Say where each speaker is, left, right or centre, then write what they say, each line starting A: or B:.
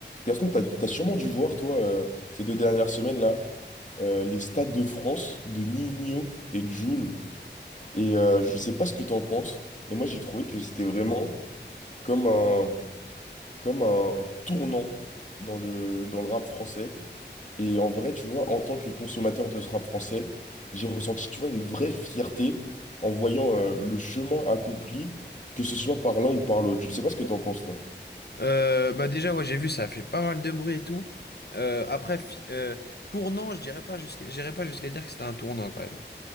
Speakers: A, on the left; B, on the left.
A: Gaston, t'as, t'as sûrement dû voir, toi, euh, ces deux dernières semaines-là, euh, les stades de France de Nino et Jul. Et euh, je sais pas ce que t'en penses, mais moi j'ai trouvé que c'était vraiment comme un, comme un tournant dans le, dans le rap français. Et en vrai, tu vois, en tant que consommateur de ce rap français, j'ai ressenti, tu vois, une vraie fierté en voyant euh, le chemin accompli, que ce soit par l'un ou par l'autre. Je sais pas ce que t'en penses, toi.
B: Euh, bah déjà, ouais, j'ai vu, ça a fait pas mal de bruit et tout. Euh, après, fi- euh, tournant, je dirais pas jusqu'à, j'irais pas jusqu'à dire que c'était un tournant quand même.